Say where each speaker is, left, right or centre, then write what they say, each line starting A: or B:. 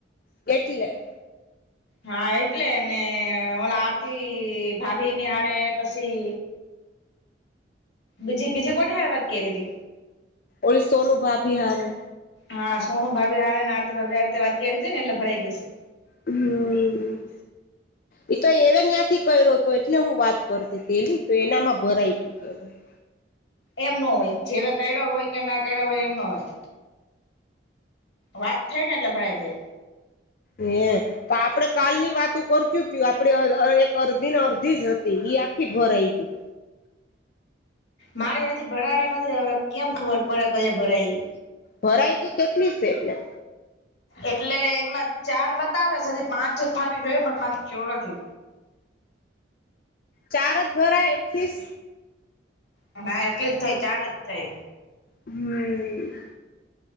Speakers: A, on the left; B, on the left.
A: એટલે
B: હા, એટલે ને ઓલા આરતી ભાભીની હારે, પસી બીજી, બીજી કોની હાર વાત? કરી હતી
A: ઓલી, સોનુ ભાભી હારે,
B: હા, સોનું ભાભી હાડે ને, આરતી ભાભી હારે વાત કયરીતી ને એટલે ભરાઈ ગઈ હસે.
A: હમ ઈ તો એને ન્યાંથી કયરોતો, એટલે હું વાત કરતીતી એલી, તો એનામાં ભરાઈ. <unintelligible>
B: એમ ન હોય. જેવા કર્યો હોય કે ના કર્યો હોય એમ ના હોય. વાત થઈ ને એટલે ભડાઈ જાય.
A: હેં તો આપડે કાલની વાતું કરતીયુંતયું, આપડે એ એક અરધી ને અરધી જ હતી, એ આખી ભરાઈ ગ
B: મારી હજી ભરાણી નથી, હવે કેમ ખબર પડે કંઈયે ભરાય ઈ.
A: ભરાય ગી કેટલી સે એટલે?
B: એટલે એમાં ચાર બતાવે સ, પાંચ થાવી જોઈએ પણ પાચ થયો નથી.
A: ચાર જ ભરાય એક તીસ
B: હા, એટલી જ થઈ, ચાર જ થઈ.
A: હમ